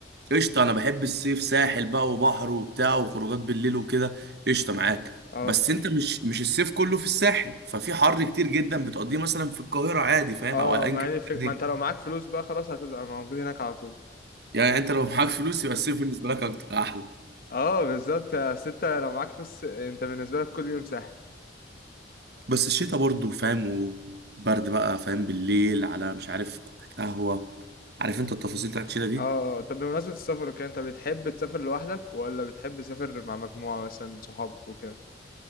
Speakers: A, on the right (about 60°); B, on the left (about 50°).
A: قشطة أنا بحب الصيف ساحل بقى وبحر وبتاع وخروجات بالليل وكده قشطة معاك
B: اه
A: بس أنت مش مش الصيف كله في الساحل ففي حر كتير جدا بتقضيه مثلا في القاهرة عادي فاهم
B: اه
A: أو أيا
B: ما
A: كان
B: هي الفك...
A: الدنيا.
B: ما انت لو معاك فلوس بقى خلاص هتبقى موجود هناك على طول
A: يعني أنت لو معاك فلوس يبقى الصيف بالنسبة لك أكتر أحلى
B: اه بالظبط يا ستة لو معاك فلوس انت بالنسبه لك كل يوم سهل
A: بس الشتاء برضه فاهم وبرد بقى فاهم بالليل على مش عارف كوباية قهوة عارف أنت التفاصيل بتاعت الشتاء دي
B: اه آه. طب بمناسبة السفر وكده انت بتحب تسافر لوحدك ولا بتحب تسافر مع مجموعة مثلا صحاب وكده